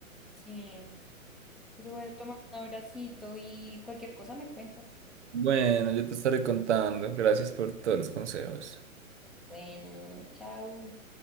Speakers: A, in the centre; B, on the right.
A: Sí, pero bueno, toma un abracito y cualquier cosa me cuentas.
B: Bueno, yo te estaré contando. Gracias por todos los consejos.
A: Bueno, chao.